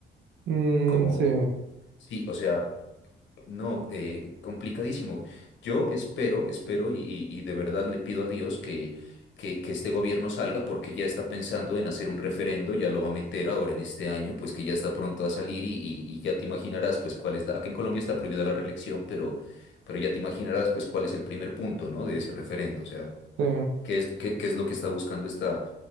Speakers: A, on the right (about 85°); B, on the left (about 70°).
A: mm,
B: como,
A: sí,
B: sí, o sea... No, eh, complicadísimo. Yo espero, espero y, y- y de verdad le pido a Dios que, que, que este gobierno salga porque ya está pensando en hacer un referendo, ya lo va a meter ahora en este año, pues que ya está pronto a salir y, y- y ya te imaginarás pues cuál es la... Aquí en Colombia está prohibida la reelección, pero, pero ya te imaginarás pues cuál es el primer punto, ¿no? De ese referendo, o sea,
A: sí.
B: qué es, qué, qué es lo que está buscando esta,